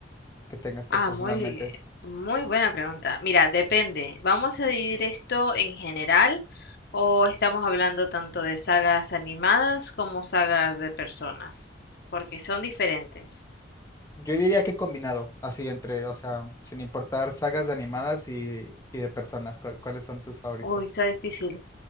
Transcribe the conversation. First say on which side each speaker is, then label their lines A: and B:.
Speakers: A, on the left; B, on the left.
A: que tengas, pues,
B: Ah,
A: personalmente?
B: muy, muy buena pregunta. Mira, depende. ¿Vamos a dividir esto en general o estamos hablando tanto de sagas animadas como sagas de personas? Porque son diferentes.
A: Yo diría que combinado, así entre, o sea, sin importar sagas de animadas y, y de personas, ¿cuál- ¿cuáles son tus favoritas?
B: Uy, está difícil.